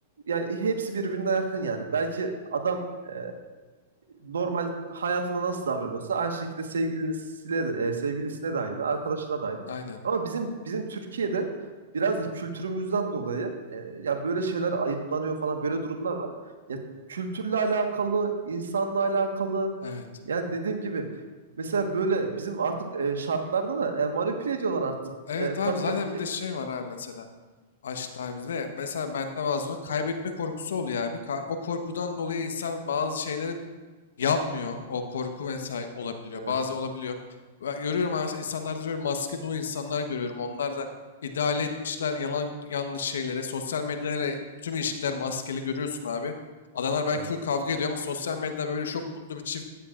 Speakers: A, on the right; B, on the left.
A: Yani hepsi birbirine yakın yani. Belki adam e, normal hayatında nasıl davranıyorsa aynı şekilde sevgilisiyle, de, e, sevgilisine de aynı, arkadaşına da aynı.
B: Aynen.
A: Ama bizim bizim Türkiye'de biraz da kültürümüzden dolayı e, ya böyle şeyler ayıplanıyor falan böyle durumlar var. Ya kültürle alakalı, insanla alakalı
B: Evet.
A: yani dediğim gibi mesela böyle bizim artık e, şartlarda da e, manipüle ediyorlar artık.
B: Evet
A: E,
B: abi
A: kadın
B: zaten
A: erkeği
B: bir de şey
A: manipüle.
B: var abi mesela. Aşk abi de mesela bende bazen kaybetme korkusu oluyor abi. Ka- O korkudan dolayı insan bazı şeylere yanmıyor. O korku vesaire olabiliyor.
A: Evet,
B: Bazen olabiliyor. Ve görüyorum aslında insanlarda görüyorum maske dolu insanlar görüyorum. Onlar da ideale etmişler yalan yanlış şeylere. Sosyal medyada hele tüm ilişkiler maskeli görüyorsun abi. Adamlar belki
A: evet.
B: full kavga ediyor ama sosyal medyada böyle çok mutlu bir çift